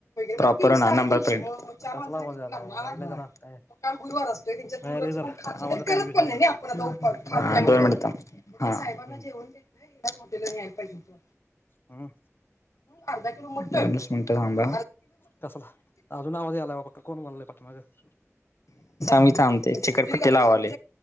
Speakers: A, on the left; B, on the left.
A: प्रॉपर नंबर प्रिंट. कारण
B: अरे कसला आवाज यायला बाबा साईडला जरा काय
A: गुरुवार असतोय त्यांच्यात
B: बाहेर
A: गुरुवारच
B: ये जरा
A: कोण खात
B: आवाज
A: आणि करत
B: काय व्यवस्थित
A: पण
B: येईना
A: नाही आपण--,
B: बाहेर येऊन बोल
A: दोन
B: जरा
A: मिनिटे थांब साहेबांना
B: हम्म
A: जेवण देत मोला पाहिजेव
B: हम्म
A: अर्ध दोनच मिनिट थांबा.
B: कसला अजून आवाज यायलाय बाबा कोण बोलायलंय पाठीमागं
A: मी थांबते चिकटपट्टी लावाले.